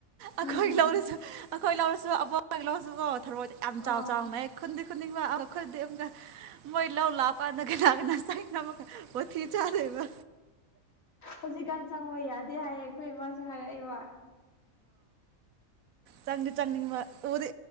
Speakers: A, on the right (about 80°); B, on the left (about 70°).
A: ꯑꯩꯈꯣꯏ
B: ꯎꯝ
A: ꯂꯧꯗꯨꯁꯨ ꯑꯩꯈꯣꯏ ꯂꯧꯗꯨꯁꯨ ꯑꯕꯣꯛ ꯍꯣꯢꯒꯤ ꯂꯧꯁꯨꯀꯣ ꯊꯔꯣꯏꯗꯤ ꯌꯥꯝ
B: ꯑꯣ
A: ꯆꯥꯎ ꯆꯥꯎꯅ ꯂꯩ ꯈꯨꯟꯗꯤ ꯈꯨꯟꯅꯤꯡꯕ ꯑꯝ ꯈꯨꯟꯗꯤ ꯑꯃꯨꯛ ꯃꯣꯏ ꯂꯧ ꯂꯥꯛꯄꯀꯥꯟꯗ ꯆꯪꯉꯤꯅꯣ ꯑꯃꯨꯛꯀ ꯋꯥꯊꯤ ꯆꯥꯗꯣꯢꯕ
B: ꯍꯧꯖꯤꯛꯀꯥꯟ ꯆꯪꯕ ꯌꯥꯗꯦ ꯍꯥꯏꯌꯦ ꯑꯩꯈꯣꯏ ꯏꯃꯥꯅꯁꯨ ꯍꯥꯏꯔꯛꯏꯕ
A: ꯆꯪꯗ ꯆꯪꯅꯤꯡꯕ ꯎꯗꯤ